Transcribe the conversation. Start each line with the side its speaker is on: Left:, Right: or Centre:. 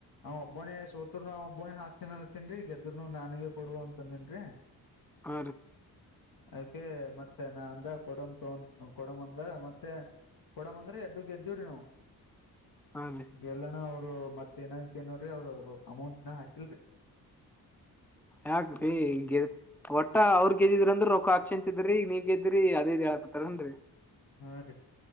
Left: ಅವ್ ಒಬ್ಬನೇ ಸೋತ್ರರುನು ಅವ ಒಬ್ಬನೇ ಹಾಕ್ತನಲ್ಲ ತಿನ್ರಿ ಗೆದ್ದ್ರನು ನನ್ಗೆ ಕೊಡುವಂತ ಬಂದನ್ರ
Centre: ಹ
Left: ಅದಕೆ ಮತ್ತೆ ನಾ ಅಂದ ಕೊಡಮ್ ತಗ ಕೊಡಮ್ ಅಂದ ಮತ್ತೆ ಕೊಡ ಬಂದ್ರೆ ಎಡ್ಡು ಗೆದ್ದವ್ರಿ ನಾವವು
Centre: ಹಾ ರೀ
Left: ಗೆಲ್ಲಣ ಅವ ಅವರು ಮತ್ತ ಏನಂತ ನೋಡ್ರಿ ಅವರು ಅಮೌಂಟ್ ನ ಹಾಕಿಲ್ರಿ
Centre: ಯಾಕ್ಗೆದ ಒಟ್ಟ ಅವ್ರ ಗೆದ್ದಿದ್ರ ಅಂದ್ರರು ರೊಖ ಹಾಕ್ಷನ್ಚಿದ್ರಿ ನೀವ್ ಗೆದ್ರಿ ಅದೇದ ಹೇಳ ತರೊಂಡರಿ
Left: ಹಾ ರೀ